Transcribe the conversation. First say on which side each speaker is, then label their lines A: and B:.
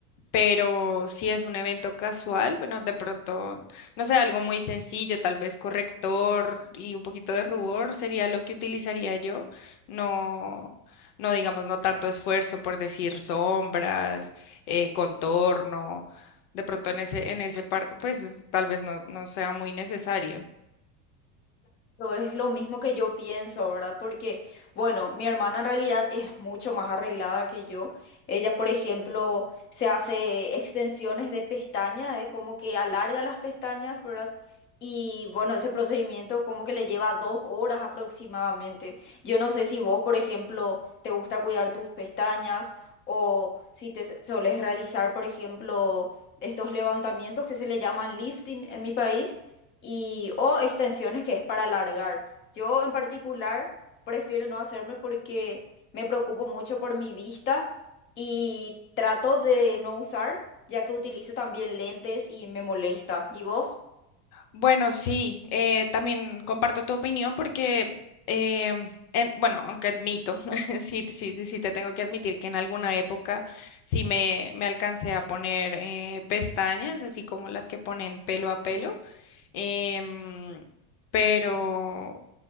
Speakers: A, on the left; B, on the left.
A: pero si es un evento casual, bueno, de pronto, no sé, algo muy sencillo, tal vez corrector y un poquito de rubor sería lo que utilizaría yo. No, no digamos, no tanto esfuerzo por decir sombras, eh, contorno. De pronto en ese, en ese par, pues tal vez no, no sea muy necesario.
B: Pero es lo mismo que yo pienso, ¿verdad? Porque, bueno, mi hermana en realidad es mucho más arreglada que yo. Ella, por ejemplo, se hace extensiones de pestaña, es como que alarga las pestañas, ¿verdad? Y bueno, ese procedimiento como que le lleva dos horas aproximadamente. Yo no sé si vos, por ejemplo, te gusta cuidar tus pestañas o si te s- solés realizar, por ejemplo, estos levantamientos que se le llaman lifting en mi país y o extensiones que es para alargar. Yo en particular prefiero no hacerme porque me preocupo mucho por mi vista y trato de no usar, ya que utilizo también lentes y me molesta. ¿Y vos?
A: Bueno, sí, eh, también comparto tu opinión porque, em, en- bueno, aunque admito, <laughs> sí, sí, sí te tengo que admitir que en alguna época sí me, me alcancé a poner eh, pestañas, así como las que ponen pelo a pelo, em, pero